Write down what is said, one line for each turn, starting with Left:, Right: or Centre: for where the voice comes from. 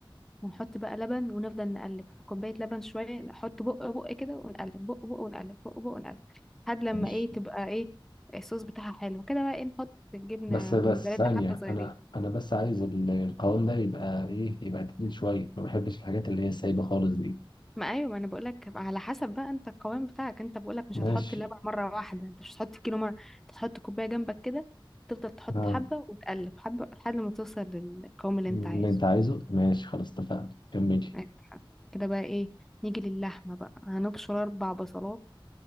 Centre: ونحط بقى لبن ونفضل نقلب كوباية لبن شوية نحط بق بق كده ونقلب بق بق ونقلب بق بق ونقلب لحد لما
Left: ماشي
Centre: ايه تبقى ايه الصوص بتاعها حلو كده بقى ايه نحط الجبنة
Left: بس بس
Centre: موزاريلا
Left: ثانية
Centre: حبة صغيرين
Left: أنا أنا بس عايز ال- القوام ده يبقى إيه يبقى تقيل شوية ما بحبش الحاجات اللي هي سايبة خالص دي
Centre: ما ايوه ما انا بقول لك على حسب بقى انت القوام بتاعك انت بقول لك مش
Left: ماشي
Centre: هتحط اللبن مره واحده انت مش هتحط كيلو مره انت هتحط كوبايه جنبك كده تفضل تحط
Left: اه
Centre: حبه وتقلب حبه لحد ما توصل للقوام اللي
Left: اللي
Centre: انت عايزه
Left: أنت عايزه ماشي خلاص اتفقنا كملي
Centre: عندك حق. كده بقى ايه نيجي للحمه بقى هنبشر اربع بصلات